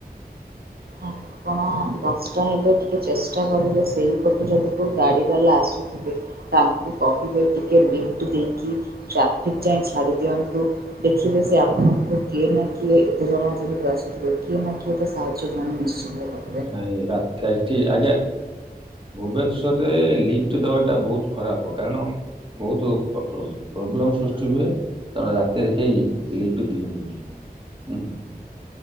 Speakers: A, on the right; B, on the right.
A: ଆପଣ ଦଶଟା ହେଲେ ଟିକେ ଚେଷ୍ଟା କରିବେ ସେଇପଟୁ ଯଦି କୋଉ ଗାଡ଼ି ବାଲା ଆସୁ ସେ <unintelligible> ତାଙ୍କୁ କହିବେ ଟିକେ ଲିଫ୍ଟ ଦେଇକି ଟ୍ରାଫିକ ଯାଏ ଛାଡ଼ି ଦିଅନ୍ତୁ। ଦେଖିବେ ସେ ଆପଣଙ୍କୁ କିଏ ନା କିଏ ଏତେ ଜଣ ଯେହେତୁ ଆସୁଥିବେ କିଏ ନା କିଏ ତ ସାହାଯ୍ୟ ସେ ଜଣେ ନିଶ୍ଚିନ୍ତ କରିବ।
B: ନାଇଁ ରାତି ଏଇଠି ଆଜ୍ଞା। ଭୁବନେଶ୍ଵରରେ ଲିଫ୍ଟ ଦେବାଟା ବହୁତ ଖରାପ। କାରଣ ବହୁତ ପ୍ରୋବ୍ଲେମ ସୃଷ୍ଟି ହୁଏ। ତେଣୁ ରାତିରେ କେହି ଲିପ୍ଟ ଦିଅନ୍ତିନି ହୁଁ।